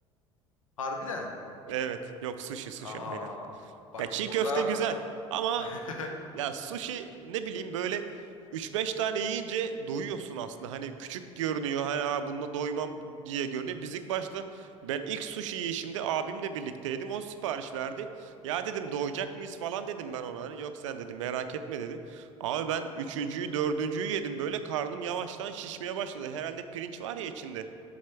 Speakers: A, on the left; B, on the right.
A: Harbiden.
B: Evet. Yok sushi sushi
A: Aha.
B: aynen.
A: Bak
B: Ya çiğ
A: burada
B: köfte güzel. Ama
A: <laughs>
B: Ya sushi ne bileyim böyle üç beş tane yiyince doyuyorsun aslında. Hani küçük görünüyor. Hani Aa, bununla doymam diye görünüyor. Biz ilk başta ben ilk sushi yiyişimde abimle birlikteydim. O sipariş verdi. Ya dedim doyacak mıyız falan dedim ben ona. Hani, Yok sen dedim merak etme dedi. Abi ben üçüncüyü dördüncüyü yedim. Böyle karnım yavaştan şişmeye başladı. Herhalde pirinç var ya içinde.